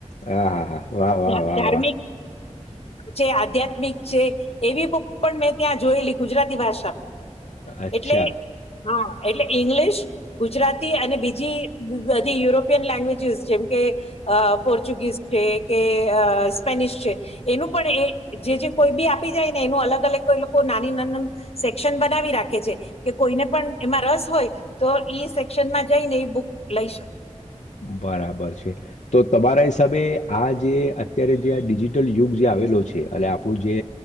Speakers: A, on the left; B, on the left.
A: હા હા હા, વાહ વાહ
B: ધા-
A: વાહ
B: ધાર્મિક
A: વાહ.
B: છે આધ્યાત્મિક છે, એવી બુક પણ મેં ત્યાં જોયેલી ગુજરાતી ભાષામાં.
A: અચ્છા.
B: એટલે હા. એટલે ઇંગ્લિશ, ગુજરાતી અને બીજી બધી યુરોપિયન લેંગ્વેજસ જેમ કે, અ પોર્ચુગીઝ છે કે અ સ્પેનિશ છે, એનું પણ એ જે જે કોઈ બી આપી જાય ને એનું અલગ-અલગ કો લોકો નાની નાની સેક્શન બનાવી રાખે છે, કે કોઈને પણ એમાં રસ હોય તો ઈ સેક્શનમાં જઈને એ બુક લઈ શકે.
A: બરાબર છે, તો તમારા હિસાબે આ જે અત્યારે જે આ ડિજિટલ યુગ જે આવેલો છે અને આપણું જે,